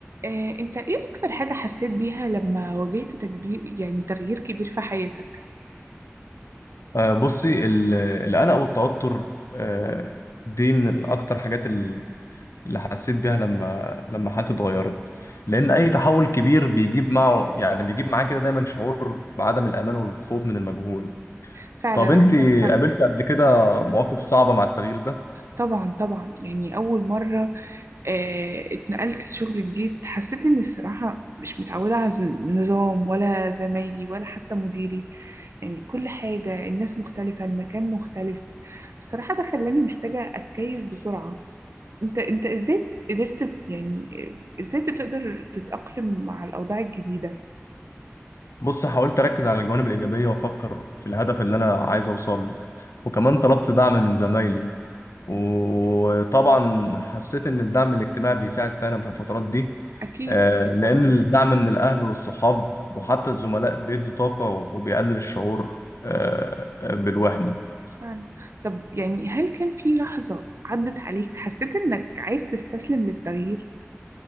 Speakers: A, on the right; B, on the left.
A: آه، انت ايه اكتر حاجة حسيت بيها لما واجهت تكبير يعني تغيير كبير في حياتك
B: آه، بصي ال- القلق والتوتر آه، دي من اكتر حاجات ال- اللي حسيت بيها لما لما حياتي اتغيرت لان اي تحول كبير بيجيب معه يعني بيجيب معاه كده دايما شعور بعدم الامان والخوف من المجهول
A: فعلا
B: طب انت
A: عندك حق
B: قابلت قبل كده مواقف صعبة مع التغيير ده
A: طبعا طبعا يعني اول مرة آه، اتنقلت لشغل جديد حسيت اني الصراحة مش متعودة على النظام ولا زمايلي ولا حتى مديري يعني كل حاجة الناس مختلفة المكان مختلف الصراحة ده خلاني محتاجة اتكيف بسرعة انت انت ازاي قدرت يعني آه، ازاي بتقدر تتأقلم مع الاوضاع الجديدة
B: بص حاولت اركز على الجوانب الايجابية وافكر في الهدف اللي انا عايز اوصله وكمان طلبت دعم من زمايلي وطبعا حسيت ان الدعم الاجتماعي بيساعد فعلا في الفترات دي
A: اكيد
B: آه،
A: اكيد
B: لان
A: طبعا
B: الدعم من الاهل والصحاب وحتى الزملاء بيدي طاقة وبيقلل الشعور آه، آه، بالوحدة
A: فعلا طب يعني هل كان في لحظة عدت عليك حسيت إنك عايز تستسلم للتغيير؟